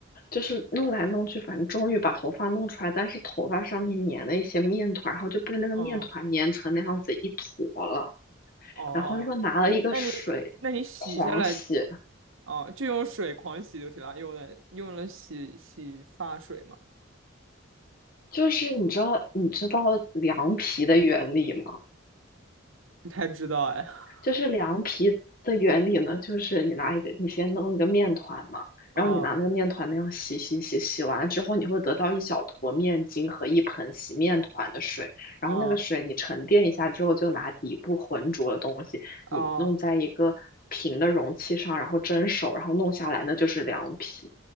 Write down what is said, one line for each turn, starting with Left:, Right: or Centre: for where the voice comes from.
Left: 就是弄来弄去，反正终于把头发弄出来，但是头发上面粘了一些面团，然后就被那个面团粘成那样子一坨了，
Right: 嗯，哦，
Left: 然后又拿了一个水狂洗。
Right: 那你那你洗下来，哦，就用水狂洗就行了，用了用了洗洗发水吗？
Left: 就是你知道你知道凉皮的原理吗？
Right: 不太知道哎。<laughs>
Left: 就是凉皮的原理呢，就是你拿一个，你先弄一个面团嘛，
Right: 哦
Left: 然后你拿那个面团那样洗洗洗，洗完了之后，你会得到一小坨面筋和一盆洗面团的水，然后那个水你沉淀一下之后，
Right: 哦
Left: 就拿底部浑浊的东西，你弄在一个平的容器上，
Right: 哦
Left: 然后蒸熟，然后弄下来，那就是凉皮，